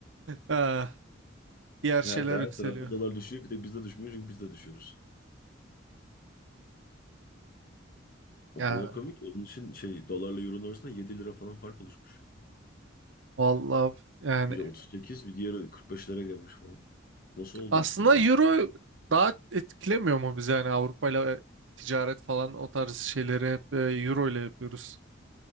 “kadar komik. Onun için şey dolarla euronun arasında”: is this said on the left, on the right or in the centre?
Left